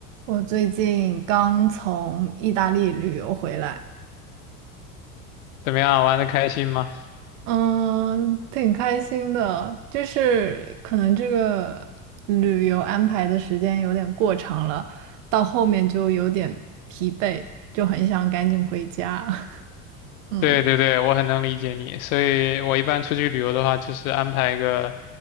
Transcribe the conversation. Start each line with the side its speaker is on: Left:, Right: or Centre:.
Right: 我最近刚从意大利旅游回来，
Left: 怎么样，玩的开心吗？
Right: 嗯，挺开心的。就是可能这个旅游安排的时间有点过长了，到后面就有点疲惫，就很想赶紧回家。<laughs> 嗯。
Left: 对对对，我很能理解你，所以我一般出去旅游的话，就是安排个